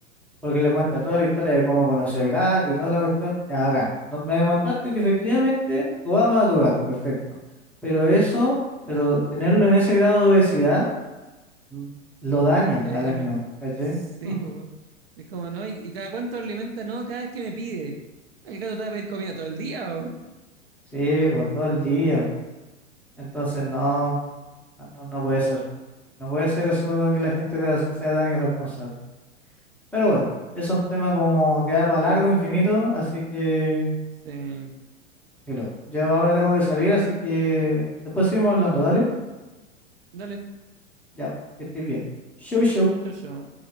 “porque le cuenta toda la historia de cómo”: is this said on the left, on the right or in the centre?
Centre